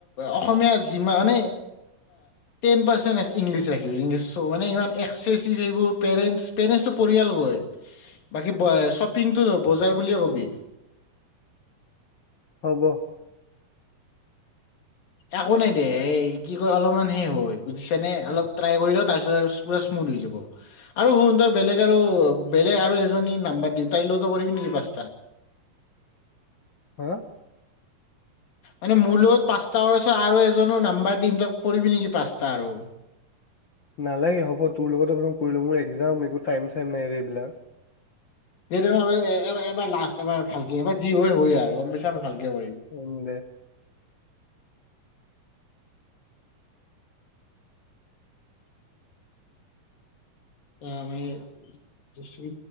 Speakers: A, on the left; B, on the left.
A: অসমীয়া যিমান মানে টেন পাৰ্চ ইংলিছ ৰাখিবছ মানে ইমান একেচিভ সেইবোৰ পেৰেণ্টছ পেৰেণ্টছটো পৰিয়ালগৈ বাকী শ্বপিংটো নহ বজাৰ বুলিয়ে ক'বি
B: হ'ব
A: একো নাই দে এই কি ক অলপমান হেষ হয় বুজিছ নে অলপটাই কৰি তাৰিছ প স্মুথ হৈ যাব আৰু শই বেলেগ আৰু বেলেগ আৰু এজনী নাম্ব দি তাইলৈত কৰিবি নেকি পচ
B: হা
A: মানে মোৰ লগত পাঁচটা পছত আৰু এজনো নাম্বাৰ দিম তাক পবিি নেকি পাঁচটা আৰু
B: নালাগে হ'ব তোৰ লগত আ কৰিলো মোৰ একজাম একো াইম চাইম নাইৰে এইবিলাক
A: এবাৰ লাষ্ট এবাৰ ভালকে এবাৰ যি হয় হয় আৰু গম পেছ ভালকে কৰিম
B: উম দে
A: ত মানে ব্তুবি